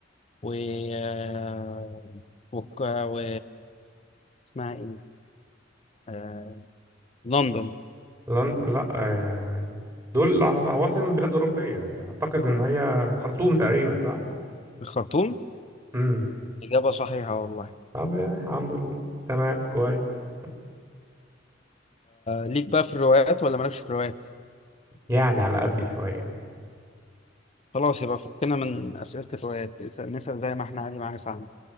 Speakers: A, on the left; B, on the right.
A: و آه، وك- آه، و اسمها ايه؟ آه، لندن
B: لن... لا آه، دول عواصم بلاد أوروبية يعني أعتقد إن هي الخرطوم تقريبا صح؟
A: الخرطوم
B: امم
A: إجابة صحيحة والله
B: طب آه، الحمد لله تمام كويس
A: ليك بقى في الروايات ولا مالكش في الروايات
B: يعني على قد شوية
A: خلاص يبقى فكنا من أسئلة الروايات اسأل- نسأل زي ما احنا عادي معانا فاهم